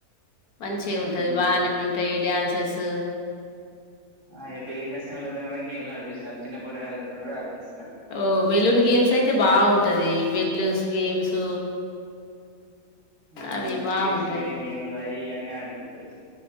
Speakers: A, on the left; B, on the right.
A: మంచిగా
B: హ్మ్
A: ఉంటది బాగానే ఉంటాయి డాన్సెస్
B: ఆయ పెళ్లి కాసి గేమ్ లో నడిపిస్తారు చిన్న పూర వెళ్ళత కూడా ఆడిపిస్తారు
A: ఓ బెలున్ గేమ్స్ అయితే బాగుంటది బెలూన్స్ గేమ్స్
B: ఆ
A: అవి బాగుంటాయి
B: గ్రేప్స్ తిన గేమ్లు అయి అన్నన్ని ఆడది సర